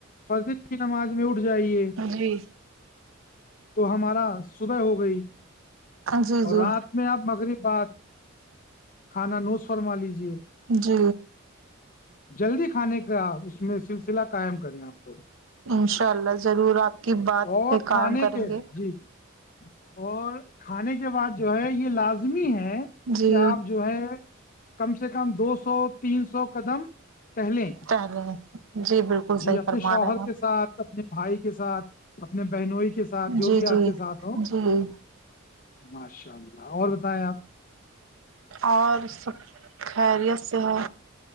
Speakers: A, on the left; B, on the right.
A: فضل کی نماز میں اٹھ جائیے
B: جی
A: تو ہمارا صبح ہو گئی
B: جی
A: اور
B: جی
A: رات میں آپ مغرب بات کھانا نوس فرما لیجے
B: جی
A: جلدی کھانے کا اس میں سلسلہ قائم کریں آپ لوگ
B: انشاء اللہ ضرور آپ کی بات
A: اور
B: پہ
A: کھانے
B: قائم کریں
A: کے
B: گے
A: جی جی اور کھانے کے بعد جو ہے یہ لازمی ہے ہے
B: جی
A: کہ آپ جو ہے کم سے کم دو سو تین سو قدم ٹہلیں
B: پہلے جی بالکل
A: جی
B: صحیح
A: اپنے
B: فرما
A: شوہر
B: رہے ہیں
A: کے ساتھ اپنے بھائی کے ساتھ اپنے بہنوئی کے ساتھ جو
B: جی
A: بھی آپ
B: جی
A: کے ساتھ ہو
B: جی
A: ماشاء اللہ اور بتائیں آپ
B: اور سب خیریت سے ہے